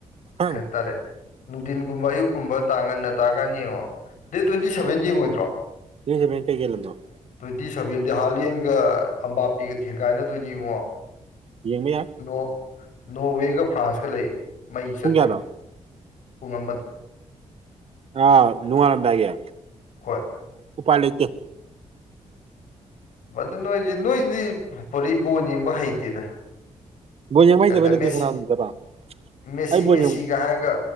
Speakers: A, on the right; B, on the left.
A: ꯍꯥ
B: ꯀꯩ ꯍꯥꯏꯇꯥꯔꯦ ꯅꯨꯡꯊꯤꯟꯒꯨꯝꯕ ꯑꯌꯨꯛꯀꯨꯝꯕ ꯇꯥꯡ ꯉꯟꯅ ꯇꯥꯔꯀꯥꯟꯗ ꯌꯦꯡꯉꯣ ꯗꯦꯠ ꯇꯨ꯭ꯋꯦꯟꯇꯤ ꯁꯕꯦꯟ ꯌꯦꯡꯉꯣꯏꯗ꯭ꯔꯣ
A: ꯌꯦꯡꯒꯦ ꯕꯥꯏ ꯀꯩ ꯀꯩ ꯂꯝꯅꫭ
B: ꯇꯨ꯭ꯋꯦꯟꯇꯤ ꯁꯚꯦꯟꯗꯤ ꯍꯥꯂꯦꯟꯒ ꯑꯄꯥꯄꯤꯒ ꯊꯦꯡꯒꯥꯏꯅꯗꯣꯏꯅꯤ ꯏꯕꯨꯡꯉꫭ
A: ꯌꯦꯡꯕ ꯌꯥꯏ
B: ꯅꫭꯔ ꯅꯣꯔꯋꯦꯒ ꯐ꯭ꯔꯥꯟꯁꯀ ꯂꯩ ꯃꯩ ꯆꯠꯇꯣꯏꯅꯤ
A: ꯄꯨꯡ ꯀꯌꯥꯗ
B: ꯄꯨꯡ ꯑꯃꯗ
A: ꯑ ꯅꯣꯡꯉꯥꯜ ꯂꯝꯗꯥꯏꯒꯤ
B: ꯍꯣꯏ
A: ꯎꯄꯥꯏ ꯂꯩꯇꯦ
B: ꯑꯗꯨ ꯅꯣꯏꯗꯤ ꯅꯣꯏꯗꯤ ꯄꯨꯔꯤ ꯕꯣꯟ ꯌꯦꯡꯕ ꯍꯩꯇꯦꯗ
A: ꯕꯣꯜ ꯌꯦꯡꯕ
B: ꯀꯗ
A: ꯍꯩꯇꯕꯩ ꯅꯠꯇꯦ
B: ꯃꯦꯁꯤ
A: ꯁꯅꯥꯗꯕ
B: ꯃꯦꯁꯤ
A: ꯑꯩ ꯕꯣꯜ
B: ꯃꯦꯁꯤꯒ
A: ꯌꯦꯡ
B: ꯍꯥꯏꯒ